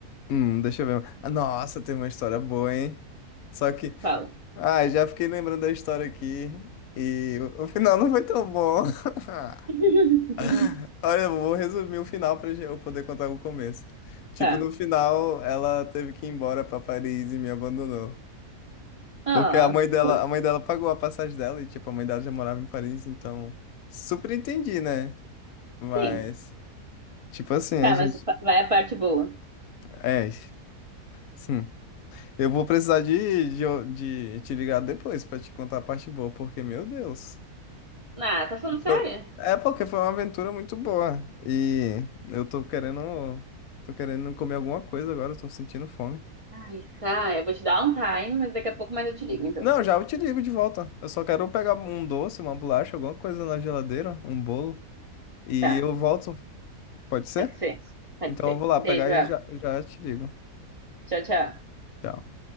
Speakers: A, on the left; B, on the right.
A: hum, deixa eu ver. Ah, Nossa, tem uma história boa, hein? Só que.
B: Fala.
A: Ah, já fiquei lembrando da história aqui. E o, o final não foi tão bom. <laughs>
B: <laughs>
A: <laughs> Olha, eu vou resumir o final para eu poder contar o começo. Tipo,
B: Tá.
A: no final, ela teve que ir embora para Paris e me abandonou.
B: Ah,
A: Porque a mãe dela,
B: putz,
A: a mãe dela pagou a passagem dela e, tipo, a mãe dela já morava em Paris, então super entendi, né? Mas,
B: sim.
A: tipo assim,
B: Tá,
A: a gente.
B: mas fa- vai a parte boa.
A: É, sim. Eu vou precisar de, de, de te ligar depois para te contar a parte boa, porque, meu Deus.
B: Ah, tá falando sério?
A: Foi... É porque foi uma aventura muito boa. E eu tô querendo. Tô querendo comer alguma coisa agora, eu tô sentindo fome.
B: Ai, tá, eu vou te dar um time, mas daqui a pouco mais eu te ligo, então.
A: Não, já eu te ligo de volta. Eu só quero pegar um doce, uma bolacha, alguma coisa na geladeira, um bolo. E
B: Tá,
A: eu volto. Pode ser?
B: pode ser. Pode
A: Então
B: ser.
A: eu vou lá
B: Beijo,
A: pegar e
B: El.
A: já, já te ligo.
B: Tchau, tchau.
A: Tchau.